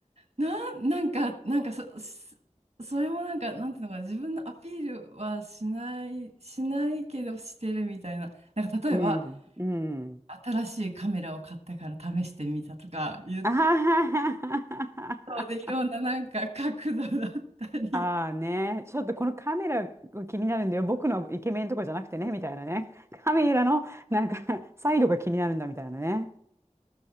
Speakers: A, on the right; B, on the right.
A: な、なんか、なんかそ、そそれもなんか、なんていうのかな、自分のアピールはしない、しないけどしてるみたいな。なんか例えば、
B: うん、うん。
A: 新しいカメラを買ったから試してみたとか言っ
B: <laughs> あははは
A: たで、いろんななんか角度だったり、
B: あーね、ちょっとこのカメラが気になるんだよ。僕のイケメンとかじゃなくてね、みたいなね。カメラのなんかサイドが気になるんだみたいなね。